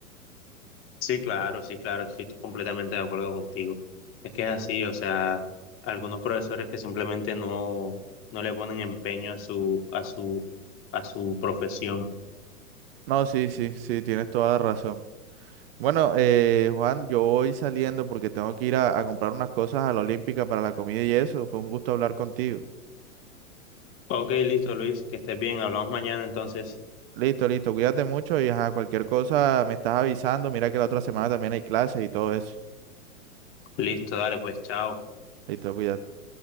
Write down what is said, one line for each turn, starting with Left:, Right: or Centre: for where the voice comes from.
Left: Sí, claro, sí, claro, estoy completamente de acuerdo contigo. Es que es así, o sea, algunos profesores que simplemente no, no le ponen empeño a su, a su, a su profesión.
Right: No, sí, sí, sí, tienes toda la razón. Bueno, eh, Juan, yo voy saliendo porque tengo que ir a, a comprar unas cosas a la Olímpica para la comida y eso. Fue un gusto hablar contigo.
Left: Ok, listo, Luis, que estés bien, hablamos mañana entonces.
Right: Listo, listo. Cuídate mucho y ajá, cualquier cosa me estás avisando. Mira que la otra semana también hay clases y todo eso.
Left: Listo, dale, pues, chao.
Right: Listo, cuídate.